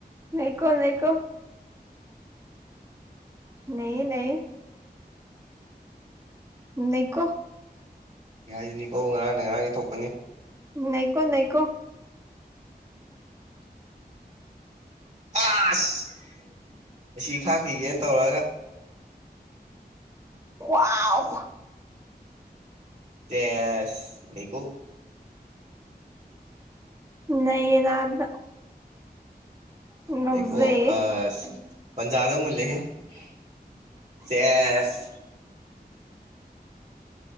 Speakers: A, on the right; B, on the right.
A: ꯅꯩꯀꯣ ꯅꯩꯀꯣ ꯅꯩꯌꯦ ꯅꯩꯌꯦ ꯅꯩꯀꯣ
B: ꯑꯩꯅ ꯍꯥꯏꯖꯤꯅꯤꯀꯣ ꯉꯔꯥꯡꯅ ꯉꯔꯥꯡꯒꯤ ꯊꯣꯛꯄꯅꯤ
A: ꯅꯩꯀꯣ ꯅꯩꯀꯣ
B: ꯑꯁ ꯑꯁꯤ ꯈꯥꯛꯈꯤꯒꯦꯅ ꯇꯧꯔꯒ
A: ꯋꯥꯎ
B: ꯇꯦꯁ ꯅꯩꯀꯣ
A: ꯅꯩꯌꯦꯅ ꯅꯥꯕꯗ
B: <inaudible>
A: ꯉꯥꯎꯖꯩꯌꯦ
B: ꯅꯩꯀꯣ ꯑꯥꯁ ꯄꯟꯖꯥꯗ ꯃꯨꯜꯂꯦ ꯍꯦ <unintelligible> ꯁꯦꯁ